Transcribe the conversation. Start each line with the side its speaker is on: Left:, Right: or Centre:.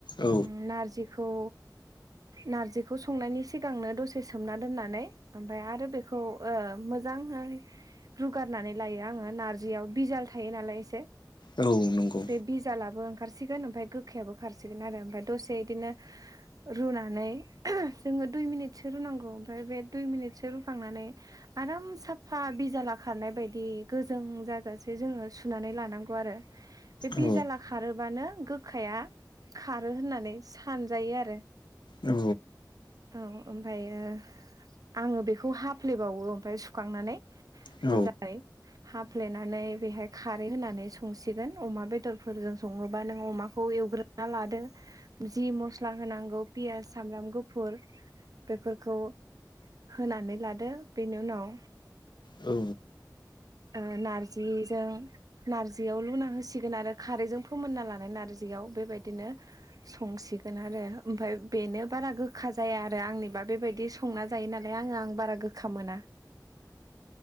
Left: औ
Right: ओम नारजिखौ नार्जिखौ संनायनि सिगांनो दसे सोमना दोननानै ओमफाय आरो बेखौ ओ मोजांङै रुगारनानै लायो आङो नार्जियाव बिजाल थायो नालाय एसे
Left: औ नंगौ
Right: बे बिजालाबो खारसिगोन ओमफ्राय गोखायाबो खारसिगोन आरो ओमफफ्राय दसे बिदिनो रुनानै ओम जोङो दुइ मिनिटसो रुनांगौ ओमफ्राय बे दुइ मिनिटसो रुखांनानै आराम साफा बिजाला खारनाय बायदि गोजों जाजासे जोङो सुनानै लानांगौ आरो बे
Left: औ
Right: बिजाला खारोबानो गोखाया खारो होननानै सानजायो आरो
Left: औ
Right: औ ओमफ्रायायो आङो बेखौ हाफ्लेबावो ओमफ्राय सुखांनानै
Left: औ
Right: मोजाङै हाफ्लेनानै बेहाय खारै होनानै संसिगोन अमा बेदरफोरजों सङोबा नों अमाखौ एवग्रोना लादो जि मस्ला होनांगौ पियास सामब्राम गुफुर बेफोरखौ होनानै लादो बेनि उनाव
Left: औ
Right: ओ नारजिजों नारजियाव लुना होसिगोन आरो खारैजों फोमोनना लानाय नार्जियाव बेबायदिनो संसिगोन आरो ओमफ्राय बेनो बारा गोखा जाया आरो आंनिबा बेबायदि संना जायो नालाय आङो आं बारा गोखा मोना।